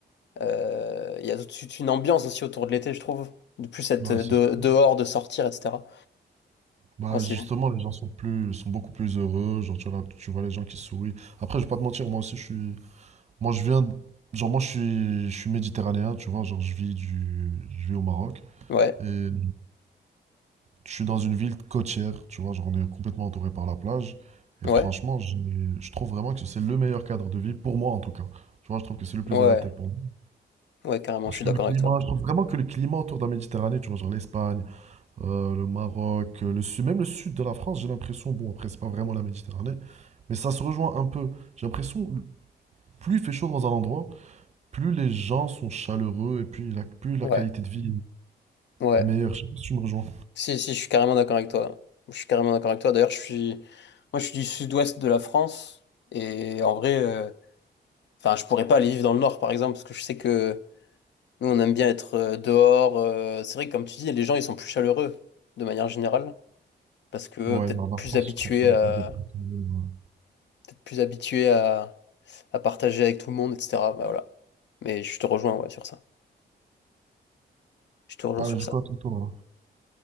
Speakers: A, on the left (about 80°); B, on the right (about 40°).
A: Euh, Il y a tout de suite une ambiance aussi autour de l'été, je trouve. De plus être
B: Bah
A: euh,
B: c'est
A: de-
B: sûr.
A: dehors, de sortir, etc.
B: Bah
A: Moi c'est...
B: justement, les gens sont plus, sont beaucoup plus heureux. Genre tu vois, là, tu vois les gens qui sourient. Après, je vais pas te mentir, moi aussi, je suis, moi je viens, de- genre moi je suis, je suis méditerranéen, tu vois, genre je vis du, je vis au Maroc.
A: Ouais,
B: Et euh, Je suis dans une ville côtière, tu vois, genre on est complètement entouré par la plage.
A: ouais,
B: Et franchement, j'ai- je trouve vraiment que c'est le meilleur cadre de vie, pour moi en tout cas. Tu vois, je trouve que c'est le plus
A: ouais,
B: adapté pour moi.
A: ouais, carrément,
B: Parce
A: je suis
B: que
A: d'accord
B: le climat,
A: avec toi.
B: je trouve vraiment que le climat autour de la Méditerranée, tu vois, genre l'Espagne, euh, le Maroc, euh, le sud, même le sud de la France, j'ai l'impression, bon, après, c'est pas vraiment la Méditerranée, mais ça se rejoint un peu. J'ai l'impression, plus il fait chaud dans un endroit, plus les gens sont chaleureux et puis la, plus la
A: Ouais.
B: qualité de vie
A: Ouais.
B: est, est meilleure. Je sais pas si tu me rejoins.
A: Si, si, je suis carrément d'accord avec toi. Je suis carrément d'accord avec toi. D'ailleurs, je suis, moi, je suis du sud-ouest de la France. Et en vrai, euh, enfin, je pourrais pas aller vivre dans le nord, par exemple, parce que je sais que nous, on aime bien être euh, dehors. euh, C'est vrai que, comme tu dis, les gens, ils sont plus chaleureux, de manière générale, parce que euh,
B: Ouais,
A: peut-être
B: dans la
A: plus
B: France,
A: habitués
B: je trouve ça un
A: à,
B: peu dépressif. ouais.
A: peut-être plus habitués à, à partager avec tout le monde, etc. Bah, voilà. Mais je te rejoins, ouais, sur ça. Je te rejoins
B: Allez,
A: sur
B: du
A: ça.
B: coup, à ton tour, là.